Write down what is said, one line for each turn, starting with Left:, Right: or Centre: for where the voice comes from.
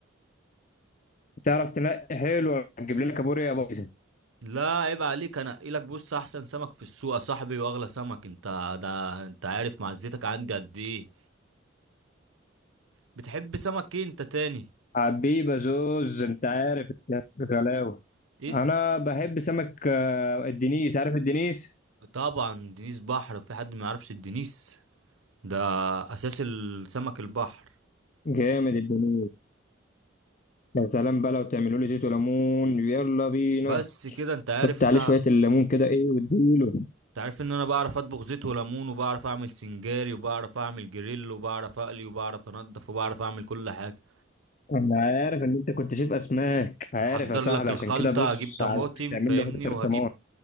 Left: تعرف تنقي حلو هتجيب لنا كابوريا بايظه
Right: لا عيب عليك انا لك بص احسن سمك في السوق يا صاحبي واغلى سمك انت ده انت عارف معزتك عندي قد ايه بتحب سمك ايه انت تاني
Left: حبيبه زوز انت عارف غلاوه
Right: ايه
Left: انا بحب سمك آه، الدنيس عارف الدنيس
Right: طبعا دنيس بحر في حد ما يعرفش الدنيس ده اساس السمك البحر
Left: جامد الدنيس يا سلام بقى لو تعملوا لي زيت وليمون يلا بينا
Right: بس كده انت عارف
Left: حط عليه
Right: صعب
Left: شويه الليمون كده ايه واديله
Right: انت عارف ان انا بعرف اطبخ زيت وليمون وبعرف اعمل سنجاري وبعرف اعمل جريل وبعرف اقلي وبعرف انضف وبعرف اعمل كل حاجه
Left: انا عارف ان انت كنت شايف اسماك عارف
Right: هحضر
Left: يا صاحبي
Right: لك الخلطه
Left: عشان كده بص
Right: هجيب طماطم
Left: عايزك تعمل
Right: فاهمني
Left: لي واحده ترتمان
Right: وهجيب